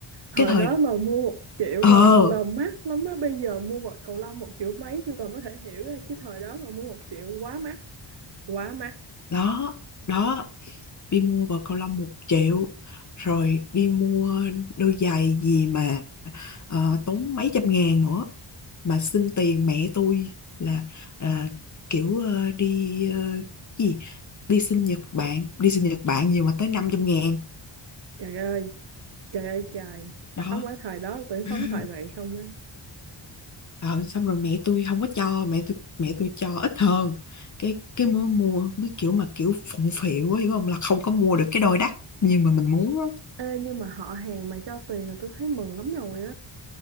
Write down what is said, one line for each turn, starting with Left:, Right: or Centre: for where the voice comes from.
Right: thời
Left: cái thời
Right: đó mà mua một triệu
Left: ờ
Right: là là mắc lắm á bây giờ mua vật cầu lông một triệu mấy tôi còn có thể hiểu á. chứ thời đó mà mua một triệu quá mắc quá mắc
Left: đó đó đi mua vợt cầu lông một triệu rồi đi mua đôi giày gì mà ờ, tốn mấy trăm ngàn nữa mà xin tiền mẹ tôi là à, kiểu ờ, đi ờ, gì đi sinh Nhật Bản đi sinh Nhật Bản nhiều mà tới năm trăm ngàn
Right: trời ơi trời ơi trời
Left: đó
Right: sống ở thời đó tưởng sống
Left: <laughs>
Right: thời này không á
Left: ờ, xong rồi mẹ tôi không có cho mẹ tôi mẹ tôi cho ít hơn cái cái mới mua mới kiểu mà kiểu phụng phịu á hiểu không là không có mua được cái đôi đắt nhưng mà mình muốn á.
Right: ê nhưng mà họ hàng mà cho tiền là tôi thấy mừng lắm rồi